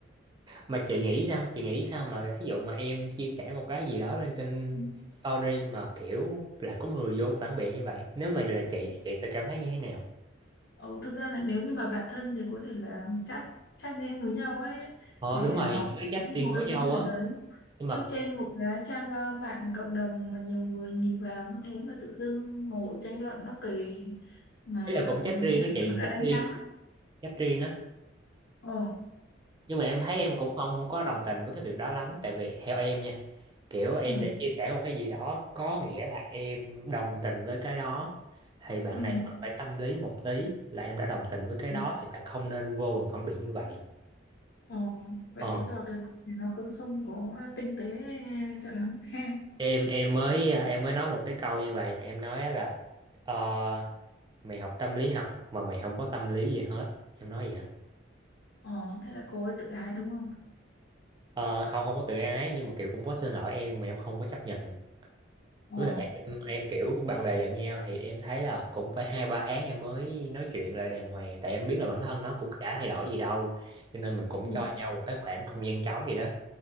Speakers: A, on the right; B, on the left.
A: mà chị nghĩ sao chị nghĩ sao mà thí dụ mà em chia sẻ một cái gì đó lên trên
B: ừ.
A: story mà kiểu lại có người vô phản biện như vậy nếu mà là chị thì chị sẽ cảm thấy như thế nào
B: Ừ, thực ra là nếu như mà bạn thân thì có thể là chat chat riêng với nhau ấy
A: ờ
B: để
A: đúng rồi
B: nói
A: chị nói trách
B: về
A: riêng
B: một
A: với
B: cái vấn
A: nhau
B: đề
A: á
B: đấy
A: nhưng
B: chứ
A: mà ấy
B: trên một cái trang ờ, mạng cộng đồng mà nhiều người nhìn vào như thế mà tự dưng ngồi tranh luận nó kỳ mà
A: là cũng trách
B: người
A: riêng
B: ta người
A: á chị
B: ta
A: trách
B: đánh
A: riêng
B: giá
A: trách riêng á
B: Ồ,
A: nhưng mà em thấy em cũng không không có đồng tình với cái việc đó lắm tại vì theo em nha kiểu em
B: ừ,
A: đã chia sẻ một cái gì đó có nghĩa là em đồng tình với cái đó thì bạn
B: ừ.
A: này bạn phải tâm lý một tí là em đã đồng tình với cái
B: ừ.
A: đó thì bạn không nên vô bằng phản biện như vậy
B: Ờ, vậy
A: ờ
B: chứng tỏ cái cục này nó cũng không có tinh tế cho lắm ha.
A: em em mới em mới nói một cái câu như vậy nè, em nói á là ờ, mày học tâm lý học mà mày không có tâm lý gì hết em nói vậy á.
B: Ờ, thế là cô ấy tự ái đúng không?
A: ờ không không có tự ái nhưng mà kiểu cũng có xin lỗi em nhưng mà em không có chấp nhận
B: Ờ,
A: với lại em em kiểu bạn bè giận nhau thì em thấy là cũng phải hai ba tháng em mới nói chuyện lại đàng hoàng tại em biết là bản thân nó cũng chả thay đổi gì đâu cho nên mình cũng
B: ừ,
A: cho nhau một cái khoảng không gian trống gì đó